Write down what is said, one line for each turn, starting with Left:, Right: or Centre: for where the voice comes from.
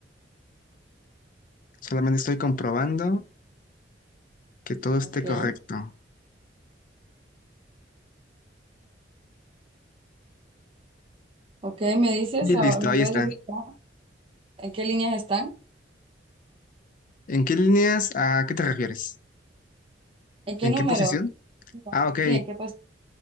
Left: Solamente estoy comprobando que todo esté
Right: Ok,
Left: correcto.
Right: ok, ¿me dices?
Left: Y
Right: ahora
Left: listo,
Right: ¿Me
Left: ahí
Right: puedes
Left: está.
Right: decir ah, en qué líneas están?
Left: ¿En qué líneas? ¿A qué te refieres?
Right: ¿En qué
Left: ¿En
Right: número?
Left: qué posición?
Right: No.
Left: Ah, ok.
Right: Sí, ¿en qué posición?